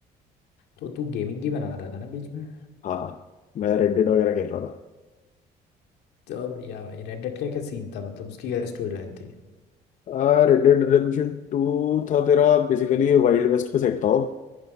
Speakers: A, on the left (about 80°); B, on the left (about 50°).
A: तो तू गेमिंग की बना रहा था ना बीच में
B: हाँ मैं रेड डेड वगैरह खेल रहा
A: तो बढ़िया भाई रेड डेड का क्या सीन था मतलब उसकी क्या स्टोरी लाइन थी
B: था रेड डेड रिडेम्पशन टू था तेरा बेसिकली वाइल्ड वेस्ट पे सेट था वो,